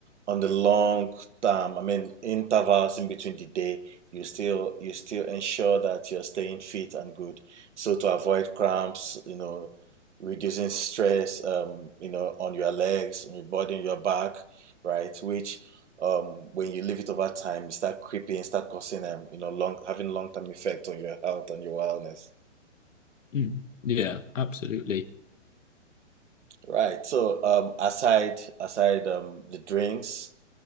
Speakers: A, on the right (about 70°); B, on the left (about 85°).
A: on the long term. I mean intervals in between the day, you still you still ensure that you're staying fit and good. So to avoid cramps, you know, reducing stress, um, you know, on your legs, on your body, on your back, right? Which um, when you leave it over time, you start creeping, start causing um, you know, long having long term effect on your health and your wellness.
B: Mm, yeah, absolutely.
A: Right. So um, aside aside um, the drinks.